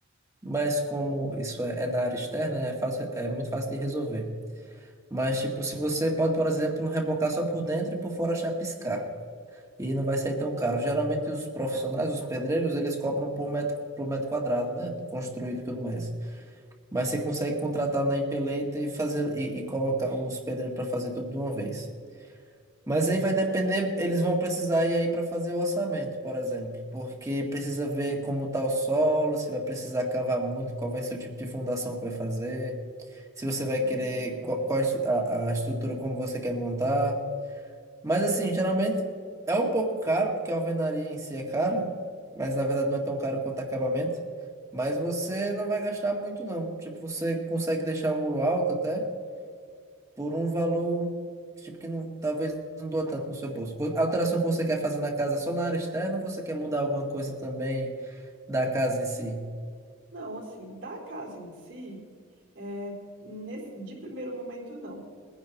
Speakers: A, on the right; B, on the right.
A: mas como isso é, é na área externa, é fácil, é muito fácil de resolver. Mas, tipo, se você pode, por exemplo, rebocar só por dentro e por fora chapiscar. E não vai sair tão caro. Geralmente os profissionais, os pedreiros, eles cobram por metro, por metro quadrado, né? Construído e tudo mais. Mas você consegue contratar na empeleita e fazer e, e colocar os pedreiros para fazer tudo de uma vez. Mas aí vai depender, eles vão precisar ir aí para fazer o orçamento, por exemplo, porque precisa ver como tá o solo, se vai precisar cavar muito, qual vai ser o tipo de fundação que vai fazer, se você vai
B: Hum.
A: querer qual, qual a, estru- a a estrutura como você quer montar. Mas assim, geralmente é um pouco caro, porque a alvenaria em si é cara, mas na verdade não é tão caro quanto acabamento. Mas você não vai gastar muito, não. Tipo, você consegue deixar o muro alto até por um valor tipo que não, talvez não doa tanto no seu bolso. Vo- A alteração que você quer fazer na casa é só na área externa, ou você quer mudar alguma coisa também da casa em si?
B: Não, assim, da casa em si, é, nesse, de primeiro momento, não.